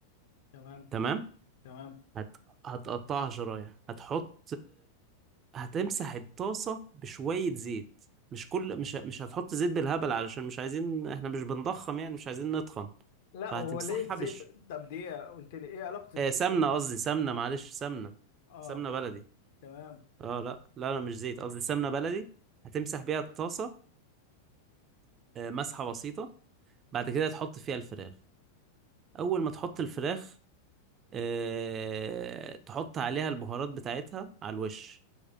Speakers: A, on the left; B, on the right.
A: تمام
B: تمام
A: تمام
B: هت... هتقطعها شرايح هتحط هتمسح الطاسة بشوية زيت مش كل مش مش هتحط زيت بالهبل علشان مش عايزين احنا مش بنضخم يعني مش عايزين نتخن
A: لا
B: فهتمسحها
A: هو ليه الزيت
B: بش
A: طب دي قلت لي ايه علاقه الزيت
B: آه سمنة
A: بالبطيخ
B: قصدي سمنة معلش سمنة
A: اه
B: سمنة بلدي
A: تمام
B: اه لا لا لا مش زيت قصدي سمنة بلدي هتمسح بيها الطاسة آه مسحة بسيطة بعد كده تحط فيها الفراخ أول ما تحط الفراخ آه تحط عليها البهارات بتاعتها على الوش